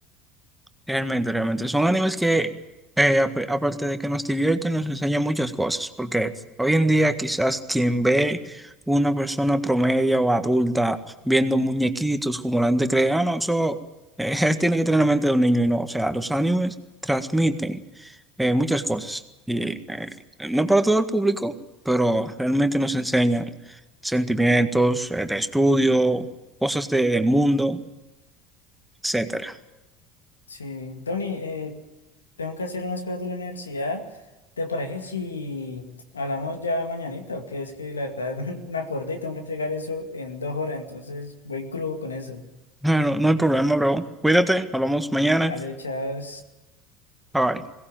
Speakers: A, in the centre; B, on the left.
A: Realmente, realmente. Son animes que, eh, ap- aparte de que nos divierten, nos enseñan muchas cosas. Porque hoy en día quizás quien ve una persona promedio o adulta viendo muñequitos como la gente cree, ah, no, eso eh, <laughs> es- tiene que tener la mente de un niño y no. O sea, los animes transmiten eh, muchas cosas. Y eh, no para todo el público, pero realmente nos enseñan sentimientos, eh, de estudio, cosas de- del mundo, etcétera
B: Sí, Tony, eh, tengo que hacer unas cosas de la universidad. ¿Te parece si hablamos ya mañanita? Que es que la verdad <laughs> me acordé y tengo que entregar eso en dos horas, entonces voy crudo con eso.
A: Ah, No, no hay problema, bro. Cuídate, hablamos mañana.
B: Ale, chao.
A: Bye bye.